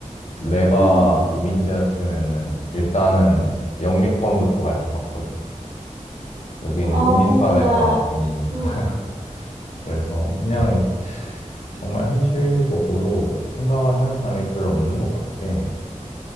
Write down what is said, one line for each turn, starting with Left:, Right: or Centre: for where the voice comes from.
Left: 내가
Right: 응.
Left: 이민자였으면은 일단은 영미권부터 갈 것 같거든. 여기는
Right: 아,
Left: 이민사회가
Right: 근데,
Left: 아니니까.
Right: 응.
Left: <laughs> 그래서 그냥 정말 현실적으로 생각을 하는 사람이 별로 없는 것 같아.